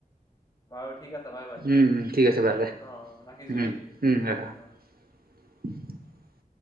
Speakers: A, on the left; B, on the right.
A: বাৰু ঠিক আছে বাই বাই।
B: উম-উম, ঠিক আছে বাৰু দে
A: অ' অ' ৰাখিছো
B: উম
A: দেই
B: উম এা <unintelligible>
A: অ'।
B: <inaudible>